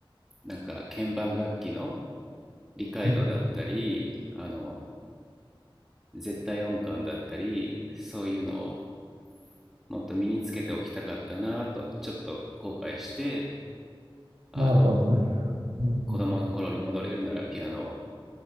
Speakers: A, in the centre; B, on the right (about 80°).
A: なんか鍵盤楽器の理解度だったりあの
B: うん
A: 絶対音感だったりそういうのをもっと身につけておきたかったなとちょっと後悔してあの
B: なるほどね。うんうん、
A: 子供の頃に戻れるならピアノを